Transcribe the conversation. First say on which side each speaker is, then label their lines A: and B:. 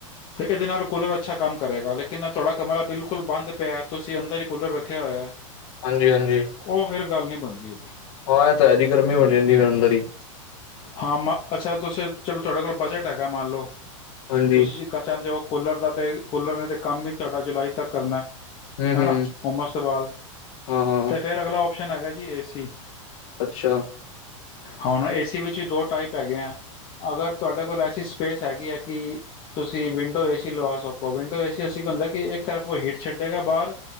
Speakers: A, on the left; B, on the left.
A: ਤੇ ਇਹਦੇ ਨਾਲ ਕੂਲਰ ਅੱਛਾ ਕੰਮ ਕਰੇਗਾ ਲੇਕਿਨ ਤੁਹਾਡਾ ਕਮਰਾ ਬਿਲਕੁਲ ਬੰਦ ਪਿਆ। ਤੁਸੀਂ ਅੰਦਰ ਹੀ ਕੂਲਰ ਰੱਖਿਆ ਹੋਇਆ ਹੈ।
B: ਹਾਂਜੀ ਹਾਂਜੀ
A: ਉਹ ਫੇਰ ਗੱਲ ਨੀ ਬਣਦੀ। <inaudible>
B: ਹਾਂ ਇਹ ਤਾਂ ਹੈ ਜੀ ਗਰਮੀ ਬਣੀ ਜਾਂਦੀ ਫਿਰ ਅੰਦਰ ਹੀ।
A: ਹਾਂ। ਮ ਅੱਛਾ ਤੁਸੀ ਚਲੋ ਤੁਹਾਡੇ ਕੋਲ ਬਜਟ ਹੈਗਾ ਮੰਨ ਲਓ।
B: ਹਾਂਜੀ
A: ਤੁਸੀਂ <unintelligible> ਹੋ ਕੂਲਰ ਦਾ ਤੇ ਕੂਲਰ ਨੇ ਤੇ ਕੰਮ ਵੀ ਤੁਹਾਡਾ ਜੁਲਾਈ ਤੱਕ ਕਰਨਾ।
B: ਹੂੰ
A: ਹੈਣਾ,
B: ਹੂੰ
A: ਹੁਮਸ ਤੋਂ ਬਾਅਦ
B: ਹਾਂ ਹਾਂ
A: ਤੇ ਫੇਰ ਅਗਲਾ <unintelligible> ਹੈਗਾ ਜੀ ਏ ਸੀ।
B: ਅੱਛਾ।
A: ਹੁਣ ਏਸੀ ਵਿੱਚ ਦੋ ਟਾਈਪ ਹੈਗੇ ਆ। ਅਗਰ ਤੁਹਾਡੇ ਕੋਲ ਐਸੀ ਸਪੇਸ ਹੈਗੀ ਹੈ ਕਿ ਤੁਸੀਂ ਵਿੰਡੋ ਏਸੀ ਲਵਾ ਸਕੋ। ਵਿੰਡੋ ਏਸੀ ਅਸੀਂ ਕੀ ਹੁੰਦਾ ਕਿ ਇੱਕ ਤਰਫ ਉਹ ਹੀਟ ਛੱਡੇਗਾ ਬਾਹਰ